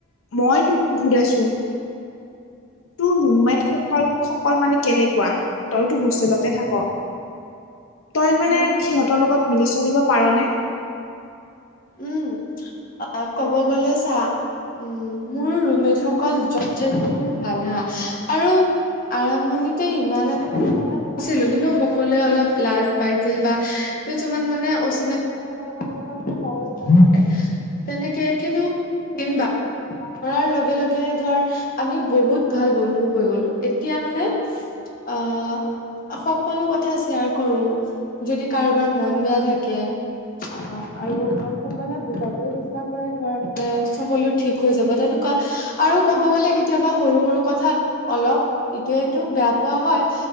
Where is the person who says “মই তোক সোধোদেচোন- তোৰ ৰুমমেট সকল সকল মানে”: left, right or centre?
Left